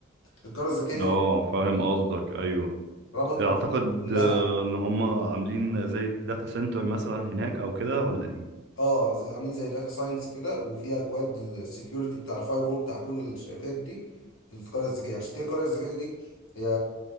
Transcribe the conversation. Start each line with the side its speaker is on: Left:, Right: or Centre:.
Left: والقرية الذكية دي
Right: اه فاهم قصدك ايوه
Left: ربطت
Right: اعتقد
Left: مصر كلها
Right: آه، ان هم عاملين زي داتا سنتر مثلا هناك او كده ولا ايه
Left: اه زي- عاملين زي داتا ساينس كده وفيها اكواد السكيورتي بتاع الفاير وول بتاع كل الشركات دي في القريه الذكيه عشان كده القريه الذكيه دي هي